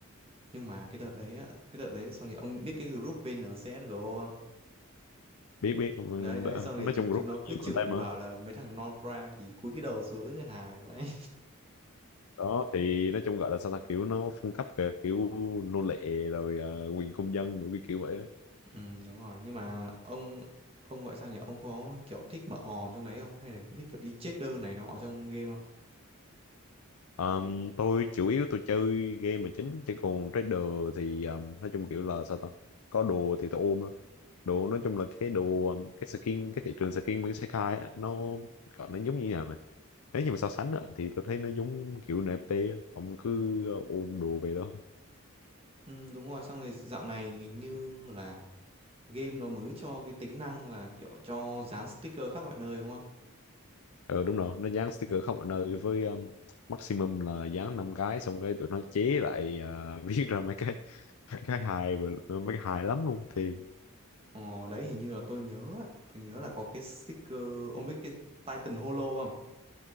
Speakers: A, on the right; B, on the left.
A: nhưng mà cái đợt đấy á, cái đợt đấy xong thì ông biết cái group VNCSGO không
B: biết biết ừm,
A: đấy đấy
B: đ-
A: xong thì
B: nói
A: chúng
B: chung group
A: chúng nó
B: nó
A: cứ
B: nhiều
A: chửi
B: content mà
A: bảo là mấy thằng non prime thì cúi cái đầu xuống cái hài đấy
B: đó thì nói chung gọi là sao ta kiểu nó phân cấp kìa kiểu nô lệ rồi ờ, quyền công dân rồi cái kiểu vậy á.
A: <laughs> ừ, đúng rồi nhưng mà ông ông gọi sao nhỉ ông có kiểu thích mở hòm trong đấy không hay là thích kiểu đi cheater này nọ ở trong game không
B: Ờm, tôi chủ yếu tôi chơi game là chính chứ còn trader thì ờm, nói chung kiểu là sao ta có đồ thì tôi ôm á. đồ nói chung là cái đồ um, cái skin cái thị trường skin bên Sekai á, nó gọi nó giống như nào nè nếu như mà so sánh á, thì tôi thấy nó giống kiểu NFT á. ông cứ ờ, ôm đồ về đó
A: ừ, đúng rồi xong rồi dạo này hình như là game nó mới cho cái tính năng là kiểu cho dán sticker khắp mọi nơi đúng không?
B: ờ đúng rồi nó dán sticker khắp mọi nơi với um, maximum là dán năm cái xong cái tụi nó chế lại à, <laughs> viết ra mấy cái mấy cái hài mấy cái hài lắm luôn thì
A: Ờ đấy hình như là tôi nhớ á, tôi nhớ là có cái sticker ông biết cái Titan Holo không?